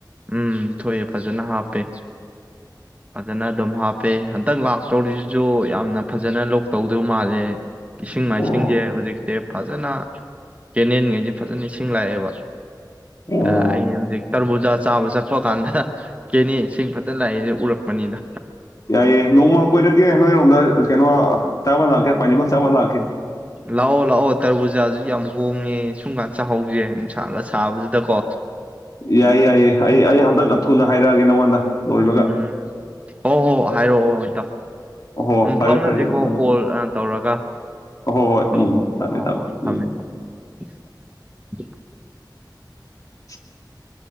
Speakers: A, on the right; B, on the left.
A: ꯎꯝ ꯊꯣꯛꯑꯦ ꯐꯖꯅ ꯍꯥꯞꯄꯦ ꯑꯗꯨꯗꯅ ꯑꯗꯨꯝ ꯍꯥ ꯇꯦ ꯍꯟꯇꯛ ꯂꯥꯛꯇꯧꯔꯤꯖꯤꯖꯨ ꯌꯥꯝꯅ ꯐꯖꯅ ꯂꯣꯛ ꯇꯧꯗꯧ ꯃꯥꯜꯂꯦ ꯏꯁꯤꯡ ꯃꯥꯏꯁꯤꯡꯖꯦ
B: ꯑꯣ
A: ꯍꯨꯖꯤꯛ ꯇꯦ꯫ ꯐꯖꯅ ꯀꯦꯅꯦꯜꯉꯩꯁꯦ ꯐꯖꯅ ꯏꯁꯤꯡ ꯂꯥꯛꯑꯦꯕ
B: ꯑꯣ
A: ꯑ ꯑꯩ ꯍꯨꯖꯤꯛ ꯇꯔꯕꯨꯖꯥ ꯆꯥꯕ ꯆꯠꯄ ꯀꯥꯟꯗ ꯆꯦꯅꯤ ꯏꯁꯤꯡ ꯐꯖꯅ ꯂꯥꯛꯏꯁꯦ ꯎꯔꯛꯄꯅꯤꯗ
B: ꯌꯥꯏꯌꯦ ꯅꯣꯡꯃ ꯀꯣꯏꯗ ꯀꯦꯅꯣ ꯀꯩꯅꯣ ꯇꯥꯕꯜ ꯂꯥꯛ ꯀꯦ ꯄꯕꯜ ꯆꯕ ꯂꯥꯛ
A: ꯂꯥꯛꯑꯣ ꯂꯥꯛꯑꯣ ꯇꯔꯕꯨꯖꯥꯁꯨ ꯌꯥꯝ ꯍꯣꯡꯉꯦ ꯁꯨꯝ ꯀꯥꯟ ꯆꯥꯍꯧꯁꯦ ꯅꯨꯡꯁꯥꯡꯒ ꯁꯥꯕꯖꯤꯗꯀꯣ
B: ꯌꯥꯏꯌꯦ ꯌꯥꯏꯌꯦ ꯍꯥꯏꯏꯌꯦ ꯑꯌꯦ ꯍꯟꯗꯛ ꯊꯨꯅ ꯍꯥꯏꯔꯛꯑꯒꯦ ꯅꯉꯣꯟꯗ ꯂꯣꯏꯕꯒ
A: ꯎꯝ ꯍꯣꯏ ꯍꯣꯏ ꯍꯥꯏꯔꯛꯑꯣ ꯇꯥꯎ
B: ꯍꯣ
A: ꯎꯝ
B: ꯐꯔꯦ
A: ꯐꯥꯎꯅꯁꯤꯀꯣ
B: ꯐꯔꯦ ꯊꯝꯃꯦ
A: ꯀꯣꯜ ꯇꯧꯔꯒ
B: ꯍꯣ
A: ꯍꯣꯏ
B: ꯎꯝ
A: ꯍꯣꯏ ꯍꯣꯏ
B: ꯊꯝꯃꯦ
A: ꯍꯣꯏ ꯍꯣꯏ ꯊꯝꯃꯦ
B: ꯎꯝ
A: ꯊꯝꯃꯦ <unintelligible>
B: <unintelligible>